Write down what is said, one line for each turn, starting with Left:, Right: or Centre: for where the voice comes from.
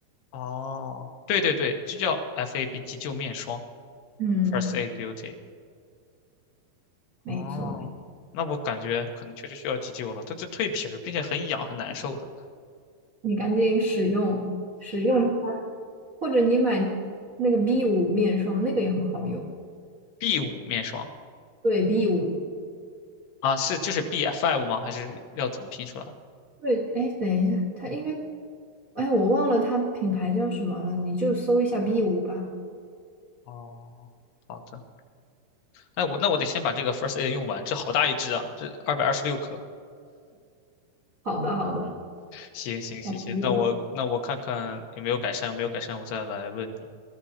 Left: 哦，对对对，就叫 FAB 急救面霜，
Right: 嗯，
Left: First Aid Beauty。
Right: 没错，
Left: 哦，那我感觉可能确实需要急救了。它这蜕皮儿，并且很痒，很难受的。
Right: 你赶紧使用使用它，或者你买那那个 B 五面霜，那个也很好用。
Left: B 五面霜
Right: 对 B 五，
Left: 啊，是就是 B five 吗？还是要怎么拼出来？
Right: 对，哎，等一下，它应该，哎，我忘了它品牌叫什么了，你就搜一下 B 五吧。
Left: 哦，好的。哎，我那我得先把这个 First Aid 用完，这好大一支啊，这二百二十六克。
Right: 好的，好的，
Left: 行行，谢谢。
Right: 下次用。
Left: 那我那我看看有没有改善，没有改善我再来问你。